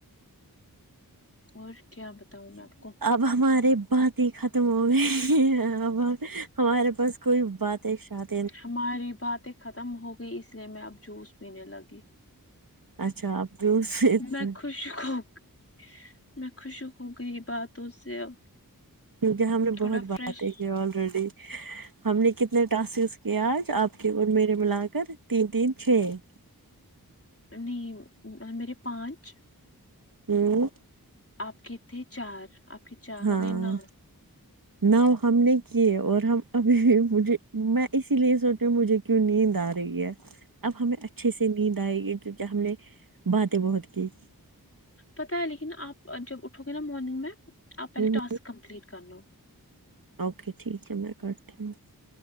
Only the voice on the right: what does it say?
واہ وا رے بات ہی ختم ہو گئی اب ہم ہمارے پاس کوئی بات ہے شاہد
اچھا آپ جوس پیتے
ہیں،
کیونکہ ہم نے بہت
باتیں کی آلریڈی ہم نے کتنے ٹاسکس کیا آج آپ کے اور میرے ملا کر تین تین چھ
ھمم
ہاں
نو ہم نے کیے اور ہم ابھی مجھے میں اسی لیے سونچ رہی ہو مجھے کیوں نیند آ رہی ہے اب ہمیں اچھے سے نیند آئے گی کیونکہ ہم نے باتیں بہت کی
ہوں
اوکے ٹھیک ہے میں کرتی ہوں